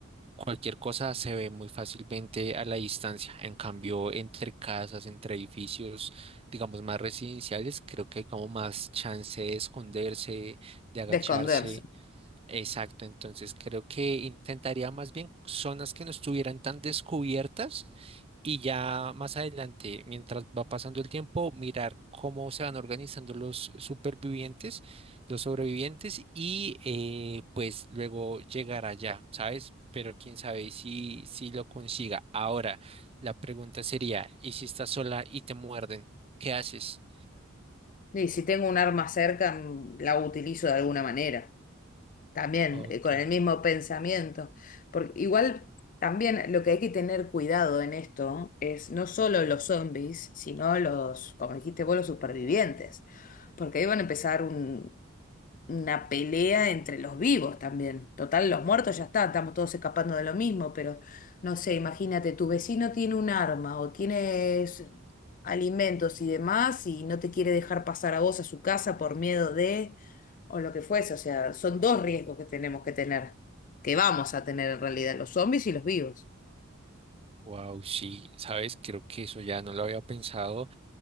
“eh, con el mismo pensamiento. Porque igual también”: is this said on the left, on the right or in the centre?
Left